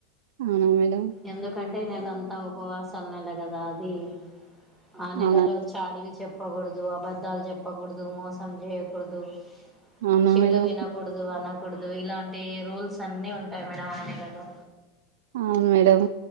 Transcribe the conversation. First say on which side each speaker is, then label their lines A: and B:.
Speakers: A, on the right; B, in the centre.
A: అవునా మేడం
B: ఎందుకంటే నెలంతా ఉపవాసాలు నెల కదా అది ఆ నెలలో
A: అవునా
B: చాడీలు చెప్పకూడదు అబద్ధాలు చెప్పకూడదు మోసం చేయకూడదు
A: అవునా
B: చెడు
A: మేడం
B: వినకూడదు అనకూడదు ఇలాంటి రూల్స్ అన్ని ఉంటాయి మేడం ఆ నెలలో
A: అవును మేడం